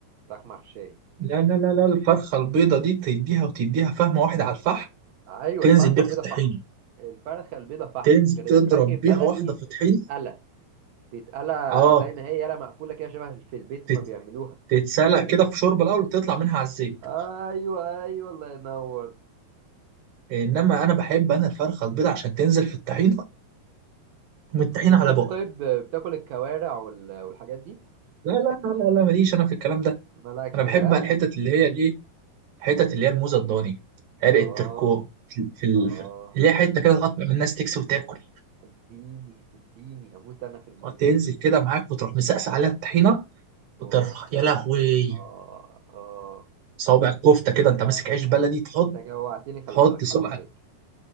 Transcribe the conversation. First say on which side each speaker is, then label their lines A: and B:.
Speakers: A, on the right (about 75°); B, on the right (about 60°).
A: فراخ محشية
B: لا لا لا لا الفرخة البيضة دي تديها وتديها فهمة واحدة على الفحم
A: أيوة
B: تنزل
A: الفرخة
B: بيها
A: البيضة
B: في الطحينة
A: فحم الفرخة البيضة فحم
B: تنزل
A: غير
B: تضرب
A: الفراخ البلدي
B: بيها واحدة في طحينة
A: تتقلى تتقلى
B: اه
A: زي ما هي يالا مقفولة كده شبه في البيت
B: تت-
A: ما بيعملوها
B: تتسلق
A: مش فرايد
B: كده
A: تشيكن
B: في شوربة الأول وتطلع منها على الزيت
A: ايوه ايوه الله ينور
B: إنما أنا بحب أنا الفرخة البيضة عشان تنزل في الطحينة ومن الطحينة
A: بتحب
B: على بقى
A: طيب بتاكل الكوارع وال- والحاجات دي
B: لا لا لا لا لا ماليش أنا في الكلام ده
A: مالكش
B: أنا بحب
A: ها
B: بقى الحتت اللي هي الإيه الحتت اللي هي الموزة الضاني عرق
A: اه
B: التركو في ال-
A: اه
B: في ال- اللي هي حتة كده تقطع من الناس تكسي وتاكل
A: اديني اديني اموت انا في الموزة
B: تنزل كده معاك وتروح مسقس عليها الطحينه وترفع
A: اوبا
B: يا لهوي
A: اه اه
B: صوابع الكفته كده انت ماسك
A: انا
B: عيش بلدي تحط
A: انت جوعتني خلي
B: تحط
A: بالك
B: صبع
A: حرام عليك